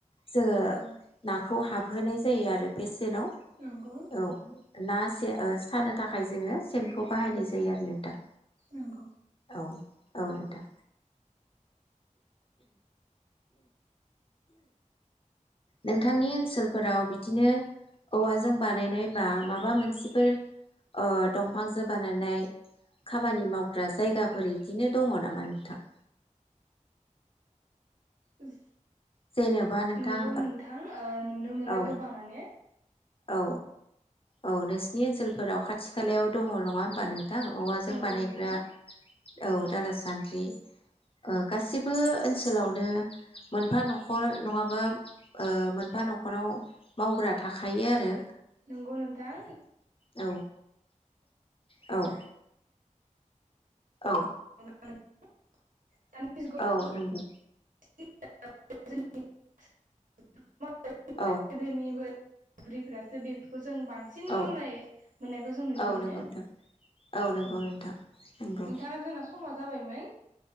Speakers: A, on the left; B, on the right.
A: जोङो
B: नंगौ
A: नाखौ हाब होनाय जायो आरो बेस जेनाव
B: नंगौ
A: औ ना स सानो थाखाय जोङो सेनखौ बाहायनाय जायो आरो नोंथां।
B: नोंगौ।
A: औ औ नोंथां नोंथांनि ओनसोलफोराव बिदिनो औवाजों बानायनाय बा माबा मोनसेफोर अ दंफांजों बानायनाय खामानि मावग्रा जायगाफोर इदिनो दङ नामा नोंथां?
B: उम
A: जेनेबा नोंथां
B: नंगौ नोंथां ओ नुनो मोनो
A: ओ औ
B: गोबाङा नो।
A: औ औ नोंसोरनि ओनसोल सोराव खाथि खालायाव दङ नङा होमबा नों? थां औवाजों
B: नंगौ
A: बानायग्रा
B: नोंथां
A: औ दाला सान्द्रि ओ गासिबो ओनसोलावनो मोनफा न'खर नङाबा ओ मोनफा न'खराव मावग्रा थाख खायो आरो
B: नंगौ नोंथां
A: औ औ औ
B: <unintelligible> जुगाव
A: औ नंगौ
B: <unintelligible> <unintelligible>
A: औ
B: बुरिफोरासो बेफोरखौ जों बांसिन
A: औ
B: मोननायखौ जों नुनो
A: औ
B: मोनो
A: नंगौ नोंथां औ नंगौ नोंथां नंगौ
B: नोंथां जोंना समा जाबायमोन